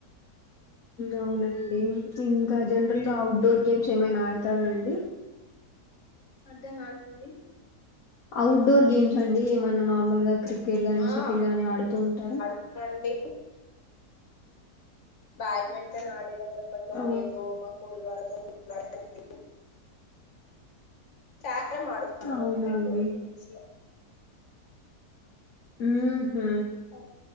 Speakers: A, on the left; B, on the left.
A: అవునండి ఇంకా జనరల్గా ఔట్డోర్ గేమ్స్ ఏమైనా ఆడతారా అండి
B: అర్ధం కాలేదండి
A: అఔట్ డోర్ గేమ్స్ అండి ఏమన్నా నార్మల్ గా క్రికెట్ గాని
B: ఆ
A: షటిల్ గాని ఆడుతూ ఉంటార
B: <unintelligible> <unintelligible>
A: ఆ,
B: <unintelligible>
A: అవునా అండి ఉహు
B: లో